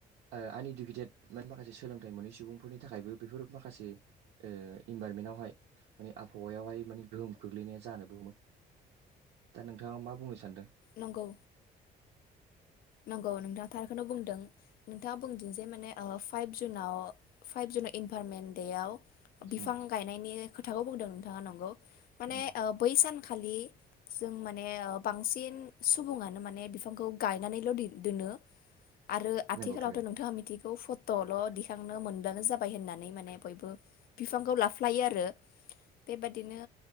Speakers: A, on the right (about 80°); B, on the left (about 60°).
A: ओ आन इडुकेटेद माने माखासे सोलोंथाइ मोनैनि सुबुंफोरनि थाखायबो बेफोर माखासे ओ इनभारमेन्टावहाय माने आबहावायावहाय माने गोहोम खोख्लैनाया जानोबो हमो दा नोंथाङा मा बुंनो सानदों?
B: नंगौ। नंगौ नोंथां। थारखोनो बुंदों नोंथाङा बुंदों जे माने ओ फाइभ जुनाव फाइभ जुनाव इनभारमेन्ट देयाव बिफां
A: उम
B: गायनायनि खोथाखौ बुंदों नोंथाङा नंगौ। माने
A: नंगौ
B: ओ बै सान खालि जों माने ओ बांसिन सुबुङानो माने बिफांखौ गायनानैल' दि दोनो। आरो आथिखालावथ'
A: नंगौ थारैनो
B: नोंथाङा मिथिगौ फटल' दिखांनो मोन बानो जाबाय होननानै माने बयबो बिफांखौ लाफ्लायो आरो बेबादिनो